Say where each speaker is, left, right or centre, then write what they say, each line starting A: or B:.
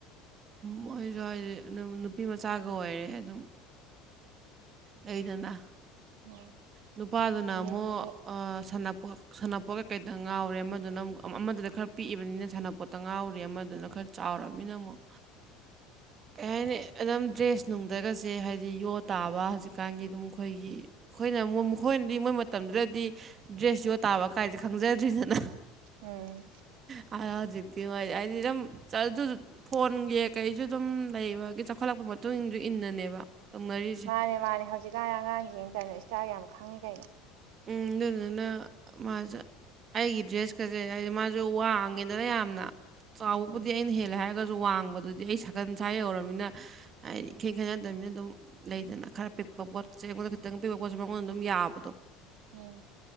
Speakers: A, on the right (about 30°); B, on the right (about 85°).
A: ꯃꯣꯏꯁꯨ ꯍꯥꯏꯗꯤ ꯑꯗꯨꯝ ꯅꯨꯄꯤꯃꯆꯥꯒ ꯑꯣꯏꯔꯦ ꯑꯗꯨꯝ ꯂꯩꯗꯅ
B: ꯎꯝ
A: ꯅꯨꯄꯥꯗꯨꯅ
B: ꯅꯤꯅꯤ
A: ꯑꯃꯨꯛ ꯑ ꯁꯥꯟꯅꯄꯣꯠꯀ ꯀꯩꯇꯪ ꯉꯥꯎꯔꯦ ꯑꯃꯗꯨꯅ ꯑꯃꯨꯛ ꯑꯃꯗꯨꯗ ꯈꯔ ꯄꯤꯛꯏꯕꯅꯤꯅ ꯁꯥꯟꯅꯄꯣꯠꯇ ꯉꯥꯎꯔꯤ ꯑꯃꯗꯨꯅ ꯈꯔ ꯆꯥꯎꯅꯤꯅ ꯑꯃꯨꯛ ꯀꯩ ꯍꯥꯏꯅꯤ ꯑꯗꯨꯝ ꯗ꯭ꯔꯦꯁ ꯅꯨꯡꯗꯒꯁꯦ ꯍꯥꯏꯗꯤ ꯌꯣ ꯇꯥꯕ ꯍꯧꯖꯤꯛꯀꯥꯟꯒꯤ ꯑꯗꯨꯝ ꯑꯩꯈꯣꯏꯒꯤ ꯑꯩꯈꯣꯏꯅ ꯃꯈꯣꯏꯅꯗꯤ ꯃꯣꯏ ꯃꯇꯝꯗꯨꯗꯗꯤ ꯗ꯭ꯔꯦꯁ ꯌꯣ ꯇꯥꯕ ꯀꯥꯏꯁꯦ ꯈꯪꯖꯗ꯭ꯔꯤꯗꯅ
B: ꯎꯝ
A: ꯑ ꯍꯧꯖꯤꯛꯇꯤ ꯑꯣꯏꯔꯗꯤ ꯍꯥꯏꯗꯤ ꯑꯗꯨꯝ ꯑꯗꯨ ꯐꯣꯟꯒꯤ ꯀꯩꯁꯨ ꯑꯗꯨꯝ ꯂꯩꯕꯒꯤ ꯆꯥꯎꯈꯠꯂꯛꯄ ꯃꯇꯨꯡ ꯏꯁꯨ ꯏꯟꯅꯅꯦꯕ ꯇꯧꯅꯔꯤꯁꯦ
B: ꯃꯥꯅꯦ ꯃꯥꯅꯦ ꯍꯧꯖꯤ ꯀꯥꯟ ꯑꯉꯥꯡꯁꯤꯡ ꯇꯧꯏꯗꯣ ꯁ꯭ꯇꯥꯏꯜ ꯌꯥꯝ ꯈꯪꯉꯤ ꯀꯩꯅꯣ
A: ꯎꯝ ꯗꯨꯗꯨꯅ ꯃꯥꯁꯦ ꯑꯩꯒꯤ ꯗ꯭ꯔꯦꯁꯀꯁꯦ ꯍꯥꯏꯗꯤ ꯃꯥꯁꯨ ꯋꯥꯡꯉꯦꯗꯅ ꯌꯥꯝꯅ ꯆꯥꯎꯕꯕꯨꯗꯤ
B: ꯎꯝ
A: ꯑꯩꯅ ꯍꯦꯂꯦ ꯍꯥꯏ ꯈꯁꯨ ꯋꯥꯡꯕꯗꯨꯗꯤ ꯑꯩ ꯁꯒꯟ ꯁꯥꯏ ꯌꯨꯔꯕꯅꯤꯅ ꯍꯥꯏꯗꯤ ꯏꯈꯦ ꯈꯩꯠꯅꯗꯕꯅꯤꯅ ꯑꯗꯨꯝ ꯂꯩꯗꯅ ꯈꯔ ꯄꯤꯛꯄ ꯄꯣꯠ ꯆꯩ ꯑꯩꯉꯣꯟꯗ ꯈꯤꯇꯪ ꯄꯤꯛꯄ ꯄꯣꯠꯁꯦ ꯃꯉꯣꯟꯗ ꯑꯗꯨꯝ ꯌꯥꯕꯗꯣ
B: ꯎꯝ